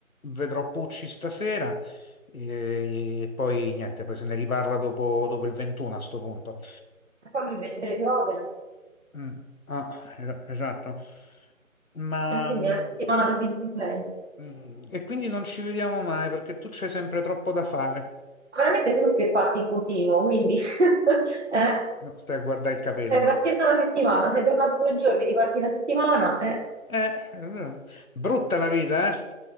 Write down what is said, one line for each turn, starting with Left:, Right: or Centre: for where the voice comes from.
Left: vedrò Pucci stasera eh, e, poi niente, poi se ne riparla dopo, dopo il 21 a sto punto.
Right: farmi vedere che opera.
Left: Mm, ah, es- esatto. Ma
Right: E quindi
Left: mm,
Right: è la settimana di gameplay. Ma
Left: mm, e quindi non ci vediamo mai perché tu c'hai sempre troppo da fare.
Right: Veramente sono che parti in continuo, quindi... <laughs> eh?
Left: No, stai a guardare il capello.
Right: Sei partita una settimana, sei tornato due giorni, riparti una settimana, eh,
Left: Eh, eh, brutta la vita, eh?